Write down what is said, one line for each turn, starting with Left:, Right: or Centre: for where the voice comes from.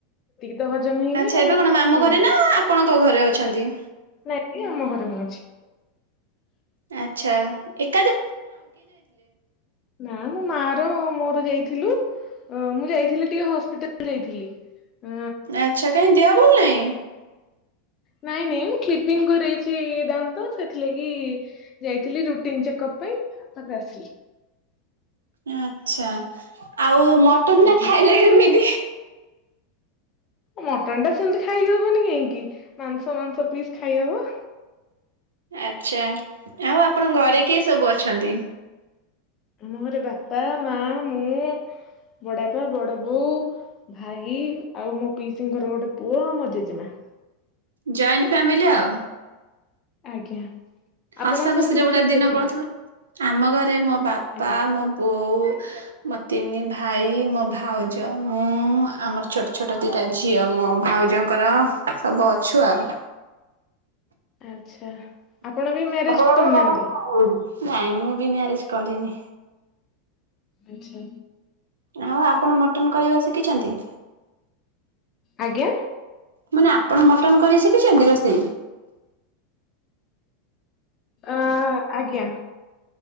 Left: ତ ହଜମ ହେଇନି
Right: ଆଚ୍ଛା
Left: ଆଉ
Right: ଏବେ କଣ ମାମୁ
Left: ଖାଇବି।
Right: ଘରେ ନା ଆପଣଙ୍କ ଘରେ ଅଛନ୍ତି?
Left: ନାଇଁ ଏବେ ଆମ ଘରେ ମୁଁ ଅଛି।
Right: ଆଚ୍ଛାଏକ
Left: ନା ମୋ ମାଆର ମୋର ଯାଇ ଥିଲୁ ମୁଁ ଯାଇଥିଲି ଟିକେ ହସପିଟାଲ୍ ଯାଇଥିଲି। ଅଁ,
Right: ଆଚ୍ଛା କାଇଁ ଦେହ ଭଲ ନାହିଁ?
Left: ନାଇଁ ନାଇଁ ମୁଁ କ୍ଲିପିଙ୍ଗ କରଇଛି ଦାନ୍ତ ସେଥିଲାଗି ଯାଇଥିଲି ରୁଟିନ ଚେକପ ପାଇଁ ତାପରେ ଆସିଲି।
Right: ଆଚ୍ଛା ଆଉ ମଟନ
Left: ଆଜ୍ଞା।
Right: ଟା ଖାଇଲେ କେମିତି?
Left: ମଟନ ଟା ସେମିତି ଖାଇହବନି କାହିଁକି ମାଂସ ମାଂସ ପିସ୍ ଖାଇହବ।
Right: ଆଚ୍ଛା ଆଉ ଆପଣଙ୍କ ଘରେ କିଏ ସବୁ ଅଛନ୍ତି?
Left: ଆମ ଘରେ ବାପା ମା ମୁଁ ବଡ଼ାପା, ବଡ଼ ବୋଉ, ଭାଇ, ଆଉ ମୋ ପିଇସିଙ୍କର ଗୋଟେ ପୁଅ, ମୋ ଜେଜେମା।
Right: ଜଏଣ୍ଟ ଫ୍ୟାମିଲି ଆଉ।
Left: ଆଜ୍ଞା।
Right: ହସ
Left: ଆପଣଙ୍କ
Right: ଖୁସିରେ
Left: ଘରେ ସବୁ
Right: ପୁରା
Left: କିଏ କିଏ
Right: ଦିନ
Left: ଅଛନ୍ତି?
Right: ପଳଉଥିବ ଆମ ଘରେ ମୋ ବାପା,
Left: ଆଜ୍ଞା
Right: ମୋ ବୋଉ, ମୋ ତିନି ଭାଇ, ମୋ ଭାଉଜ ମୁଁ ମୁଁ ଆମର ଛୋଟ ଛୋଟ ଦିଟା ଝିଅ ମୋ ଭାଉଜଙ୍କର ସବୁ ଅଛୁ ଆଉ।
Left: ଆଚ୍ଛା। ଆପଣ
Right: <unintelligible>
Left: ବି ମ୍ୟାରେଜ କରିନାହାନ୍ତି?
Right: ନାଇଁ ମୁଁ ବି ମ୍ୟାରେଜ କରିନି।
Left: ଆଚ୍ଛା
Right: ଆଉ ଆପଣ ମଟନ କରିବା ଶିଖିଛନ୍ତି?
Left: ଆଜ୍ଞା
Right: ମାନେ ଆପଣ ମଟନ କରିଛି? ଶିଖିଛନ୍ତି ରୋଷେଇ?
Left: ଅ ଆଜ୍ଞା।